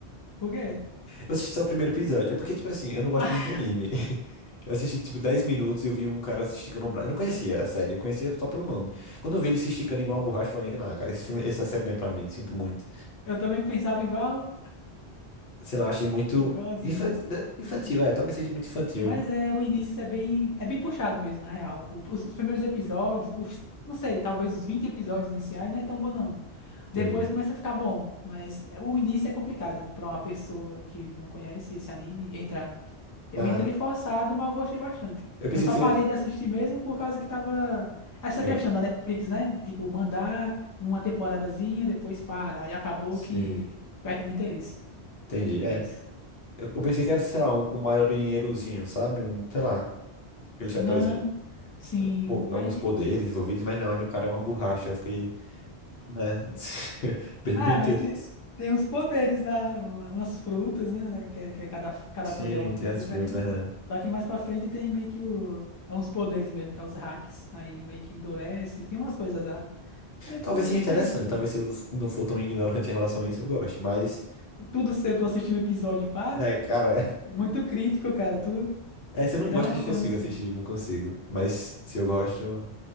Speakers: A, on the left; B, on the left.
A: Por quê?
B: Eu assisti só o primeiro episódio. É porque, tipo assim, eu não gosto
A: <laughs>
B: muito de anime. <laughs> Eu assisti, tipo, 10 minutos e eu vi um cara se esticando um braço. Eu não conhecia a série, eu conhecia só pelo nome. Quando eu vi ele se esticando igual uma borracha, eu falei que não, cara, esse filme, essa série não é pra mim, sinto muito.
A: Eu também pensava igual,
B: Sei lá, achei muito
A: igualzinho.
B: infantil, infantil, é, talvez seja muito infantil.
A: Mas é, o início é bem, é bem puxado mesmo, na real. O- os primeiros episódios, os, não sei, talvez os 20 episódios iniciais não é tão bom, não.
B: Entendi.
A: Depois começa a ficar bom, mas é, o início é complicado pra uma pessoa que não conhece esse anime entrar. Eu
B: Ah,
A: entrei forçado, mas eu gostei bastante.
B: eu pensei
A: Eu só
B: que seria.
A: parei de assistir mesmo por causa que tava essa
B: Ah,
A: questão da Netflix, né? Tipo, mandar uma temporadazinha, depois para. Aí acabou
B: sim,
A: que perdendo interesse.
B: entendi.
A: Mas
B: É, eu eu pensei que era, sei lá, um, um marinheirozinho, sabe? Um, sei lá, aquele chapeuzinho.
A: não, sim,
B: po-
A: mas
B: alguns poderes envolvidos, mas não, o cara é uma borracha. Eu fiquei, né? <laughs> Perdi
A: Ah,
B: meu interesse.
A: mas tem, tem uns poderes lá, uma- umas frutas, né? Que, é- que é cada, cada
B: Sim,
A: poder é uma fruta
B: tem as
A: diferente.
B: frutas, verdade.
A: Só que mais pra frente tem meio que o, é uns poderes mesmo, que é os hacks. Aí meio que endurece, tem umas coisas lá. É, do-
B: Talvez seja
A: é diferentinho.
B: interessante, talvez se eu não for tão ignorante em relação a isso, eu goste, mas,
A: Tudo seu, tu assistiu um episódio e para.
B: é, cara,
A: É muito crítico, cara. Tu
B: <laughs> é, se
A: tem
B: eu não
A: que dar
B: gosto,
A: uma chance.
B: eu não consigo assistir, não consigo. Mas se eu gosto, eu-